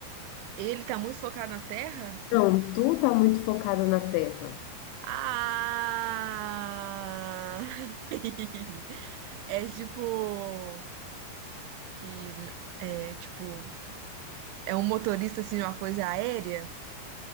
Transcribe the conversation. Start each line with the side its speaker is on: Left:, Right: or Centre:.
Right: ele tá muito focado na terra?
Left: Não, tu tá muito focada na terra.
Right: Ah! <laughs> É tipo que é tipo é um motorista assim de uma coisa aérea?